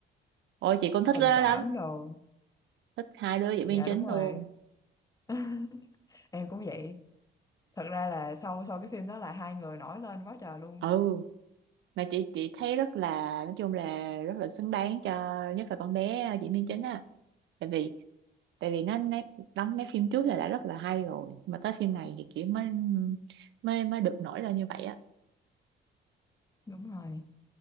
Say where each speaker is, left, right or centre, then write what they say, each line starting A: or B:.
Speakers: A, on the right; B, on the left.
A: Ôi chị cũng thích
B: tình
A: nó
B: cảm
A: lắm
B: đồ
A: thích hai đứa diễn
B: dạ
A: viên chính
B: đúng rồi
A: luôn
B: <laughs> em cũng vậy thật ra là sau sau cái phim đó là hai người nổi lên quá trời luôn
A: ừ mà chị chị thấy rất là nói chung là rất là xứng đáng cho nhất là con bé ờ, diễn viên chính á tại vì tại vì nó, nó đóng mấy phim trước là đã rất là hay rồi mà tới phim này thì kiểu mới mới mới được nổi lên như vậy á
B: đúng rồi